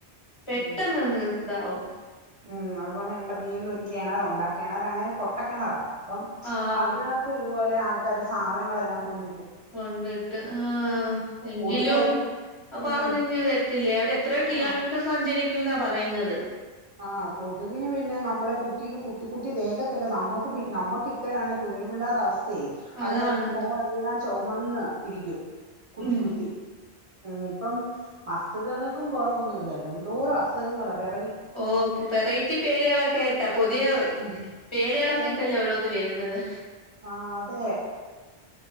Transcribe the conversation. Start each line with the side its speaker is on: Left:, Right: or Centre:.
Left: പെട്ടെന്ന്
Right: ഉം
Left: അങ്ങ് ഇതാവും <unintelligible>
Right: ഉം അതുപോലെ ഞങ്ങളടെ വീട്ടിൽ ഒരു കിണറുണ്ട് ആ കിണറാണെ പൊട്ടക്കിണറാ അപ്പം
Left: ആഹ്
Right: അതിനകത്തും ഇതുപോലെ ആൾ ആൾക്കാര് സാധനങ്ങളെല്ലാം കൊണ്ട്
Left: കൊണ്ടിട്ട് ആ എങ്കിലും
Right: കൊതുക് അവിടുന്ന്
Left: പറന്നിങ്ങു
Right: ഉം
Left: വരത്തില്ലേ അവര് എത്രയോ കിലോമീറ്റർ
Right: ആ
Left: സഞ്ചരിക്കൂന്നാ പറ പറയുന്നത്
Right: ആ കൊതുകിന് പിന്നെ നമ്മളെ കുത്തി കുത്തി കുത്തി ദേഹത്തെല്ലാം നമ്മുക്ക് നമ്മുക്ക് ഇത്രയാണെ കുഞ്ഞു പിള്ളാരെ അവസ്ഥ
Left: അതാണ്
Right: അതുങ്ങളടെ മുഖം എല്ലാം ചുവന്ന് ഇരിക്കും കുത്തി
Left: ഉം
Right: കുത്തി ഇപ്പം അസുഖങ്ങൾക്കും കുറവൊന്നുവില്ലല്ലോ എന്തോരോ അസുഖങ്ങളാണ് വെറ
Left: ഓ ഇപ്പൊ വെറൈറ്റി പേരുകളൊക്കെ ആയിട്ടാ പുതിയ
Right: ഉം.
Left: പേരുകളൊക്കെ
Right: എൻ-
Left: ഇട്ടല്ലേ ഓരോന്ന് വരുന്നത്
Right: ആ അതെ